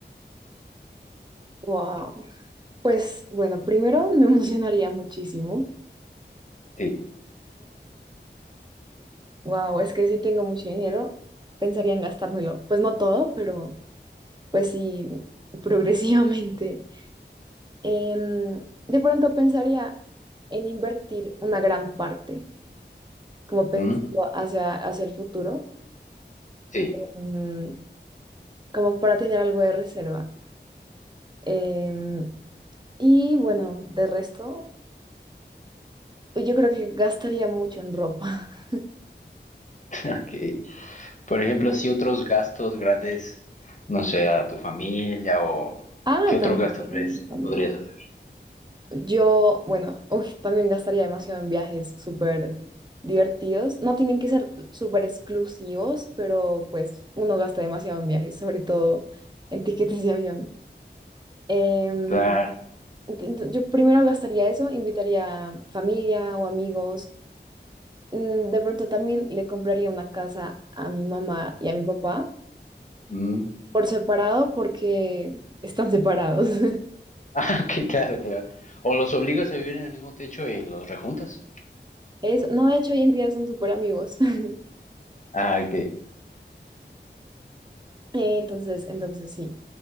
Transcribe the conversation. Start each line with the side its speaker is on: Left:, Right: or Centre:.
Right: Wow. Pues bueno, primero me <laughs> emocionaría muchísimo.
Left: Sí.
Right: wow, es que sí tengo mucho dinero, pensaría en gastármelo. Pues no todo, pero pues sí, <laughs> progresivamente. em, de pronto pensaría en invertir una gran parte, como pensando
Left: ¿Mm?
Right: hacia, hacia el futuro,
Left: Sí. <laughs>
Right: em, como para tener algo de reserva. Em, y bueno, de resto, pues yo creo que gastaría mucho en ropa. <laughs>
Left: Ok. Por ejemplo, así otros gastos grandes, no sé, a tu familia o
Right: Ah,
Left: ¿qué otro
Right: también,
Left: gasto crees que
Right: también.
Left: podrías hacer?
Right: Yo, bueno, uy, también gastaría demasiado en viajes súper divertidos. No tienen que ser súper exclusivos, pero pues uno gasta demasiado en viajes, sobre todo en tiquetes de avión. Em,
Left: Claro.
Right: ent- yo primero gastaría eso, invitaría familia o amigos. Mm, De pronto también le compraría una casa a mi mamá y a mi papá
Left: ¿Mm? <laughs>
Right: por separado porque están separados. <laughs>
Left: Ah, ok, claro, claro. O los obligas a vivir en el mismo techo y los rejuntas.
Right: Es, no, de hecho, hoy en día son súper amigos. <laughs>
Left: Ah, ok,
Right: Eh, Entonces, entonces sí.